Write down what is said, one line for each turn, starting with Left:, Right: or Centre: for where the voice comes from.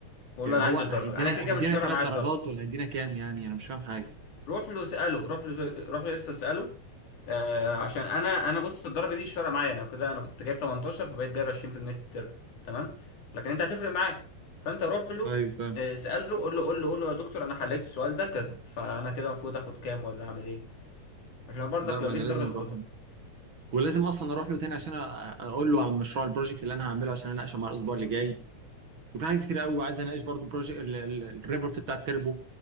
Left: وقول
Right: يعني
Left: له انا
Right: هو
Left: عايز الدرجة
Right: هيدينا
Left: انا كده كده
Right: هيدينا
Left: مش فارقة
Right: ثلاث
Left: معايا
Right: درجات
Left: الدرجة
Right: ولا هيدينا كام يعني انا مش فاهم حاجه
Left: روح له اساله روح له روح له لسه اساله آه عشان انا انا بص الدرجه دي مش فارقه معايا انا كده انا كنت جايب 18 فبقيت جايب 20 في الميد ترم تمام لكن انت هتفرق معاك فانت روح له
Right: ايوه فاهم
Left: آه، اساله قول له قول له قول له يا دكتور انا حليت السؤال ده كذا فانا كده المفروض اخد كام ولا اعمل ايه عشان برضك
Right: لا ما
Left: لو ليك
Right: انا لازم
Left: درجه تاخدها
Right: اروح له ولازم اصلا اروح له تاني عشان أ- اقول له عن مشروع البروجكت اللي انا هعمله عشان اناقشه مع الاسبوع اللي جاي وفي حاجات كتير قوي عايز اناقش برضو بروجكت الريبورت بتاع التربو